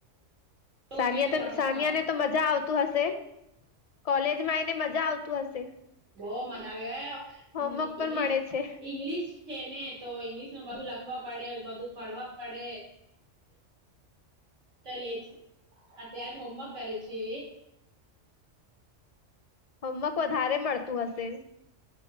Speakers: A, on the right (about 80°); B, on the left (about 50°).
A: તો
B: સાનિયાતન
A: કે તો વરસ
B: સાનિયા
A: થાય
B: ને તો મજા આવતું હશે, કોલેજમાં એને મજા આવતું હશે.
A: બો મજા આવે ગ
B: હોમવર્ક પણ
A: ઇંગ્શ
B: મળે છે
A: ઇંગ્લિશ છે ને તો ઈંગ્લિશમાં બધું લખવા પડે, બધું પડવા પડે. ત લેટસ અત્યારે હોમવર્ક કરે છે.
B: હોમવર્ક વધારે મળતું હશે.